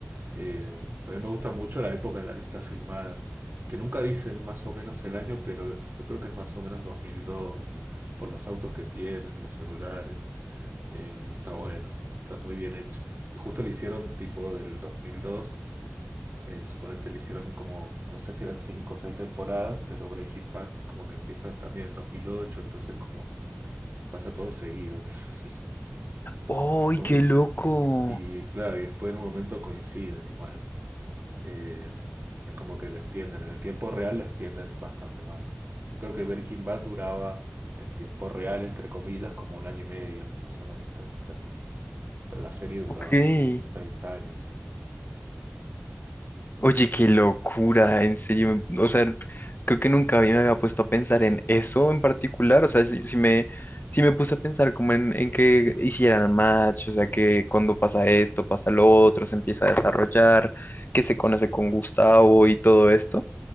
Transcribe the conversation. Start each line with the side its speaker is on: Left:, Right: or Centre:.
Right: Eh, también me gusta mucho la época en la que está filmada, que nunca dicen más o menos el año, pero es- yo creo que es más o menos 2002, por los autos que tienen, los celulares. Eh, está buena, está muy bien hecha. Y justo le hicieron tipo del 2002, eh, suponete, le hicieron como, no sé si eran 5 o 6 temporadas, pero Breaking Bad es como que empieza también en 2008, entonces como pasa todo seguido. <laughs>
Left: ¡Ay,
Right: Como
Left: qué
Right: y,
Left: loco!
Right: y claro, y después en un momento coinciden igual. eh, es como que la extienden. En el tiempo real la extienden bastante más. Yo creo que Breaking Bad duraba en tiempo real, entre comillas, como un año y medio, más o menos, tenía entendido. Pero la serie duraba,
Left: Ok.
Right: no sé, seis años.
Left: Oye, qué locura. En serio. me- O sea, creo que nunca había- me había puesto a pensar en eso en particular. O sea, si, si me, si me puse a pensar como en, en que hicieran match. O sea, que cuando pasa esto, pasa lo otro, se empieza a desarrollar, que se conoce con Gustavo y todo esto.